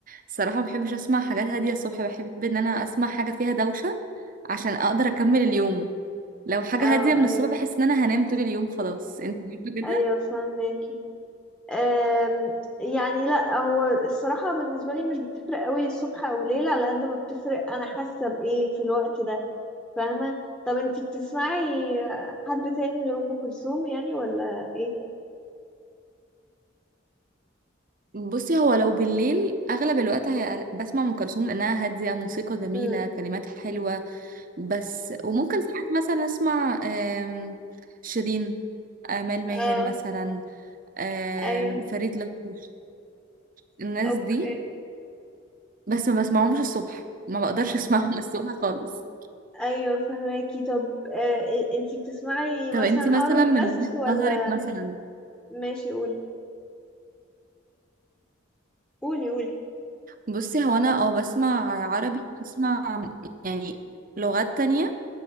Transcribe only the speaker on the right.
الصراحة مبحبش اسمع حاجات هادية الصبح بحب ان انا اسمع حاجة فيها دوشة عشان اقدر اكمل اليوم لو حاجة
هادية من
الصبح بحس ان انا هنام طول اليوم خلاص انت بتحب
كده
بصي هو لو بالليل اغلب الوقت هي بسمع ام كلثوم لانها هادية موسيقى جميلة
كلمات حلوة بس وممكن ساعات مثلا اسمع آم، شيرين آمال ماهر
مثلا آم،
فريد لطفي الناس
دي بس ما بسمعهمش الصبح ما بقدرش اسمعهم <laughs> الصبح خالص
طب
انتي مثلا
من
وجهة
نظرك مثلا
بصي هو انا اه بسمع عربي بسمع يعني لغات تانية